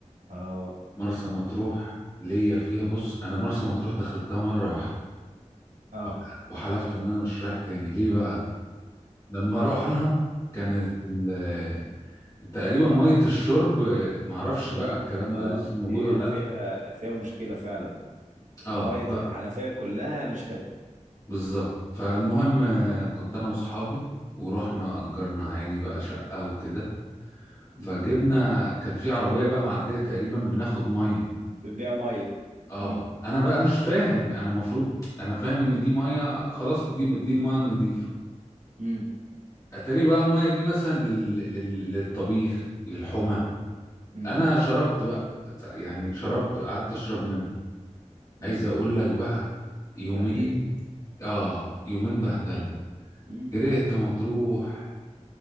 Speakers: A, on the right; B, on the left.
A: اه
B: مرسى مطروح ليا فيها بص انا مرسى مطروح دخلتها مرة واحدة
A: اه
B: وح- وحلفت ان انا مش رايح تاني ليه بقى لما رحنا كانت ال- تقريبا مية الشرب معرفش بقى الكلام
A: اه
B: ده لسه موجود
A: هي
B: ولا
A: فيها فيها مشكلة فعلا
B: اه
A: مية
B: بقى
A: الحنفية كلها مش حلوة
B: بالظبط فالمهم آه، كنت انا واصحابي ورحنا اجرنا عادي بقى شقه وكده
A: مم.
B: فجبنا كانت في عربيه بقى معديه تقريبا بناخد ميه
A: بتبيع مية
B: اه
A: مم.
B: انا بقى مش فاهم انا المفروض انا فاهم ان دي ميه خلاص دي دي الميه النظيفه
A: مم.
B: اتاري بقى الميه دي مثلا لل... لل... للطبيخ للحمى
A: مم.
B: انا شربت بقى يعني شربت قعدت اشرب منها
A: مم.
B: عايز اقول لك بقى يومين
A: بهدلت
B: اه يومين بهدله
A: مم.
B: كرهت
A: مم.
B: مطروح